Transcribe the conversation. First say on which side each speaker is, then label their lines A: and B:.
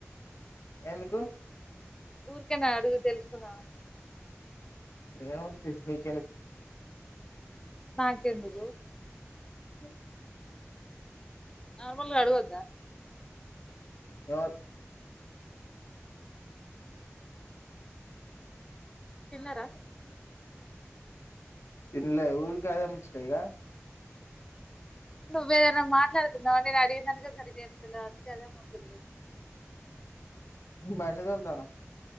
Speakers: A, on the left; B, on the left.
A: ఎందుకు
B: ఊర్కేనా అడిగి తెలుసుకుందామని
A: ఏం ఉంది షెడ్ పికెయలీ
B: నాకెందుకు
A: ఆ
B: నార్మల్గా అడుగొద్దా
A: రాకు
B: తిన్నారా
A: ఇంద లా ఊరు కాద ముచ్చటెగా
B: నువ్వు ఏదైనా మాట్లాడుతున్నావ నేను అడిగినదానికె సరిగ్గా చెప్తులే అందుకే అదే ముచ్చట అడుగుతున్న
A: బండి తోల్ త్తన